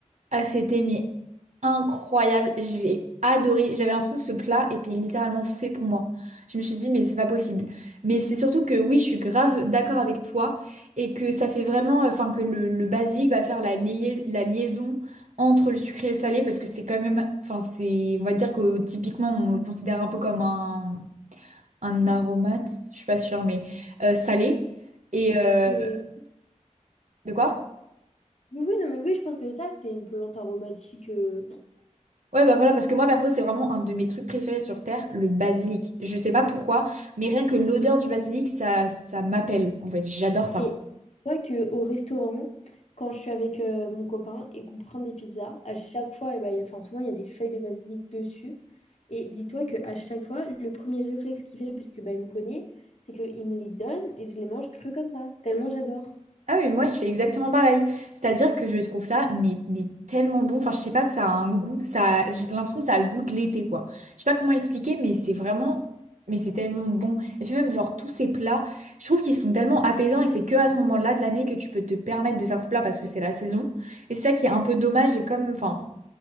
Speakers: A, on the right; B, on the left.
A: Ah, c'était mais incroyable. J'ai adoré. J'avais l'impression que ce plat était littéralement fait pour moi. Je me suis dit, mais c'est pas possible. Mais c'est surtout que oui, je suis grave d'accord avec toi et que ça fait vraiment, enfin, que le, le basique va faire la, lia- la liaison entre le sucré et le salé parce que c'est quand même, enfin, c'est, on va dire que typiquement, on le considère un peu comme un, un aromate, je suis pas sûre, mais euh, salé. Et euh,
B: C'est-
A: de quoi?
B: Oui, oui, non, mais oui, je pense que ça, c'est une plante aromatique. euh,
A: Ouais, bah voilà, parce que moi, perso, c'est vraiment un de mes trucs préférés sur Terre, le basilic. Je sais pas pourquoi, mais rien que l'odeur du basilic, ça, ça m'appelle. En fait, j'adore ça.
B: Et vois qu'au restaurant, quand je suis avec euh, mon copain et qu'on prend des pizzas, à chaque fois, eh ben, il y a- enfin, souvent, il y a des feuilles de basilic dessus. Et dis-toi qu'à chaque fois, le premier réflexe qu'il fait, puisque bah, il me connaît, c'est qu'il me les donne et je les mange crus comme ça, tellement j'adore.
A: Ah oui, moi, je fais exactement pareil. C'est-à-dire que je trouve ça, mais, mais tellement bon. Enfin, je sais pas, ça a un goût. Ça, a- j'ai l'impression que ça a le goût de l'été, quoi. Je sais pas comment expliquer, mais c'est vraiment. Mais c'est tellement bon. Et puis même, genre, tous ces plats, je trouve qu'ils sont tellement apaisants et c'est que à ce moment-là de l'année que tu peux te permettre de faire ce plat parce que c'est la saison. Et c'est ça qui est un peu dommage et comme, enfin.